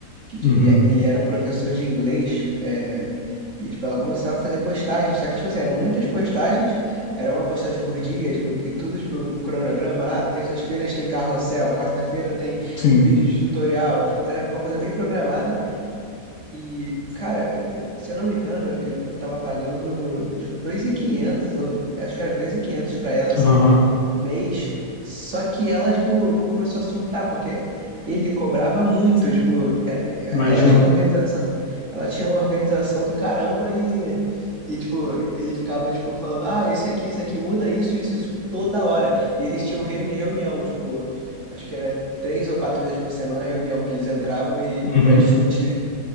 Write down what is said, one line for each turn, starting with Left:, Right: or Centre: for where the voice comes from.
Right: que de-
Left: Uhum.
Right: e é, ele era um professor de inglês, é, e tipo, ela começava a fazer postagens, só que tipo assim, eram muitas postagens, era uma postagem por dia, tipo, e tudo tipo com cronograma, ah, terças-feiras tem carrossel, quarta-feira tem
Left: Sim.
Right: vídeo de tutorial, tipo, era uma coisa bem programada, e cara, eu- se eu não me engano, ele pa- tava pagando tipo 2.500 ou acho que era 2.500 pra ela, assim,
Left: Aham.
Right: mês. Só que ela, tipo, começou a surtar, porque ele cobrava muito, tipo, e-
Left: Mas,
Right: ela
Left: já
Right: tinha uma organização, ela tinha uma organização do caramba e, e tipo, ele ficava, tipo, falando, ah, esse aqui, esse aqui, muda isso, isso, isso, toda hora. E eles tinham reuni- reunião, tipo, acho que era três ou quatro vezes por semana a reunião que eles entravam e
Left: Uhum.
Right: para discutir.